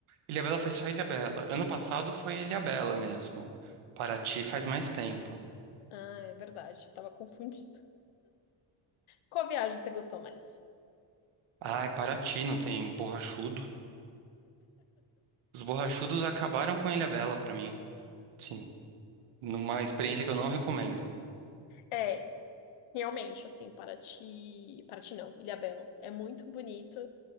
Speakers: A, on the right; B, on the left.
A: Ilhabela foi só Ilhabela. Ano passado foi Ilhabela mesmo. Paraty faz mais tempo.
B: Ah, é verdade, tava confundido. Qual viagem você gostou mais?
A: Ai, Paraty não tem borrachudo. Os borrachudos acabaram com Ilhabela pra mim. Sim, numa experiência que eu não recomendo.
B: É, realmente, assim, Paraty. Paraty não, Ilhabela. É muito bonito,